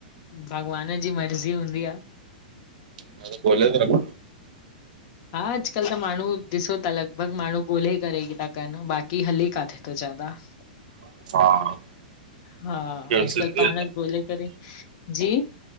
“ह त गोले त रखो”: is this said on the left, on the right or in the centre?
Right